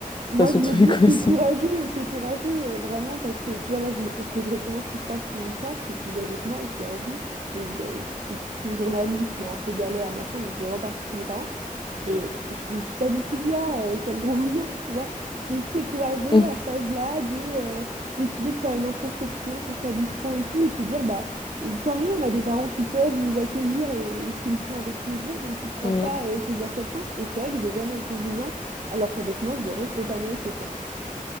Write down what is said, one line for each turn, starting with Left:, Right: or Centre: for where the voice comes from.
Right: Moi,
Left: as ce
Right: je
Left: truc
Right: me dis,
Left: aussi?
Right: c'est courageux, c'est courageux, euh, vraiment, parce que, tu vois, là, je, me- je exactement ce qui se passe pour mon frère, qui est plus âgé que moi et qui est revenu. Lui, il est, il est tout coup journaliste, mais un peu galère, machin, donc il est reparti chez mes parents. Et je me suis pas du tout dit, ah, euh, quel gros loser, tu vois. Je me suis dit, c'est courageux
Left: <laughs>
Right: à cet âge-là de euh, décider de faire une introspection sur sa vie pro et tout, et de se dire, bah, euh, tant mieux, on a des parents qui peuvent nous accueillir et, et qui le font avec plaisir, donc pourquoi
Left: Mm.
Right: pas euh, saisir cette chance. Et c'est vrai que j'ai jamais été jugeante, alors qu'avec moi, je l'aurais totalement été, quoi.